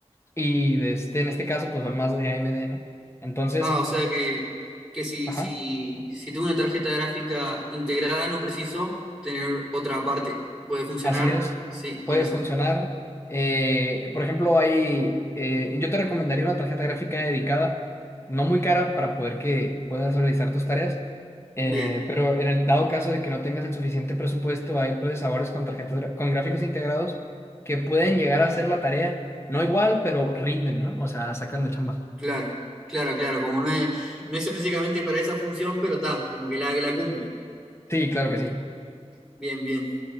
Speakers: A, on the left (about 20°); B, in the centre.
A: y de este, en este caso, pues van más de AMD, ¿no? Entonces,
B: Ah, o sea que, que si,
A: ajá.
B: si, si tengo una tarjeta gráfica integrada, no preciso tener otra aparte. Puede funcionar,
A: Así es,
B: sí, con
A: puede
B: esa.
A: funcionar. Eh, por ejemplo, hay, eh, yo te recomendaría una tarjeta gráfica dedicada, no muy cara para poder que puedas realizar tus tareas, eh,
B: Bien,
A: pero en el dado caso de que no tengas el suficiente presupuesto, hay procesadores con tarjetas gra- con gráficos integrados que pueden llegar a hacer la tarea, no igual, pero rinden, ¿no? O sea, sacan la chamba.
B: claro, claro, claro. Como no es, no es específicamente para esa función, pero está, como que la, la cumple.
A: Sí, claro que sí.
B: Bien, bien.